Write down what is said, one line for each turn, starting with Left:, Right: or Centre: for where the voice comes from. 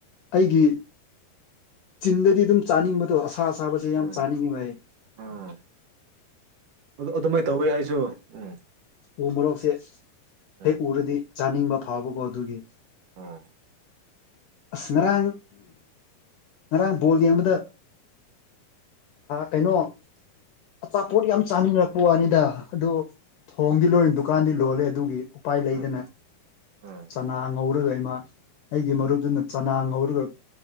Left: ꯑꯩꯒꯤ ꯆꯤꯟꯗꯗꯤ ꯑꯗꯨꯝ ꯆꯥꯅꯤꯡꯕꯗꯣ ꯑꯁꯥ ꯑꯁꯥꯕꯁꯦ ꯌꯥꯝ
Right: ꯎꯝ
Left: ꯆꯥꯅꯤꯡꯉꯤꯕ ꯍꯥꯏ
Right: ꯑꯥ ꯑꯗꯨ ꯑꯗꯨꯃꯥꯏꯅ ꯇꯧꯋꯤ ꯑꯩꯁꯨ ꯎꯝ
Left: ꯎ ꯃꯣꯔꯣꯛꯁꯦ
Right: ꯎꯝ
Left: ꯍꯦꯛ ꯎꯔꯗꯤ ꯆꯥꯅꯤꯡꯕ ꯐꯥꯎꯕꯀꯣ ꯑꯗꯨꯒꯤ
Right: ꯑꯥ
Left: ꯑꯁ ꯉꯔꯥꯡ ꯉꯔꯥꯡ ꯕꯣꯜ ꯌꯦꯡꯕꯗ ꯀꯩꯅꯣ ꯑꯆꯥꯄꯣꯠ ꯌꯥꯝ ꯆꯥꯅꯤꯡꯉꯔꯛꯄ ꯋꯥꯅꯤꯗ ꯑꯗꯨ ꯊꯣꯡꯗꯤ ꯂꯣꯏꯔ ꯗꯨꯀꯥꯟꯗꯤ ꯂꯣꯜꯂꯦ ꯑꯗꯨꯒꯤ ꯎꯄꯥꯏ ꯂꯩꯗꯅ
Right: ꯎꯝ ꯎꯝ ꯎꯝ
Left: ꯆꯅꯥ ꯉꯧꯔꯒ ꯏꯃ ꯑꯩꯒꯤ ꯃꯔꯨꯞꯗꯨꯅ ꯆꯅꯥ ꯉꯧꯔꯒ